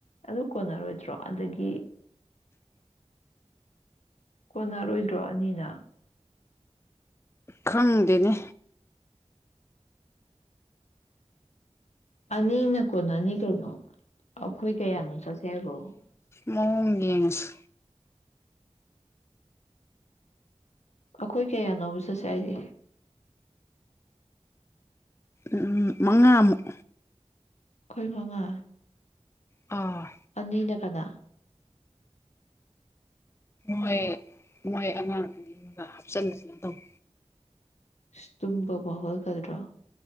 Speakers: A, on the left (about 75°); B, on the left (about 25°).
A: ꯑꯗꯨ ꯀꯣꯟꯅꯔꯣꯏꯗ꯭ꯔꯣ ꯑꯗꯒꯤ ꯀꯣꯟꯅꯔꯣꯏꯗ꯭ꯔꯣ ꯑꯅꯤꯅ
B: ꯈꯪꯗꯦꯅꯦ
A: ꯑꯅꯤꯅ ꯀꯣꯟ ꯅꯅꯤ ꯀꯩꯅꯣ ꯑꯩꯈꯣꯏ ꯀꯌꯥꯅꯣ ꯆꯠꯁꯦ ꯍꯥꯏꯕꯣ
B: ꯃꯗꯤ ꯌꯦꯉꯁ
A: ꯑꯩꯈꯣꯏ ꯀꯌꯥꯅꯣꯕ ꯆꯠꯁꯦ ꯍꯥꯏꯁꯦ
B: ꯎꯝ ꯃꯉꯥꯃꯨꯛ
A: ꯑꯩꯈꯣꯏ ꯃꯉꯥ
B: ꯑꯥ
A: ꯑꯅꯤꯅ ꯀꯅꯥ
B: ꯃꯣꯏ ꯃꯣꯏ ꯑꯉꯥꯡ ꯑꯅꯤ ꯑꯃꯒ ꯍꯥꯞꯆꯥꯟ ꯕꯖꯤꯗꫭꯡ ꯇꯧꯋꯦ
A: <unintelligible> ꯇꯨꯝꯕꯕꯨ ꯍꯟꯒꯗ꯭ꯔꯣ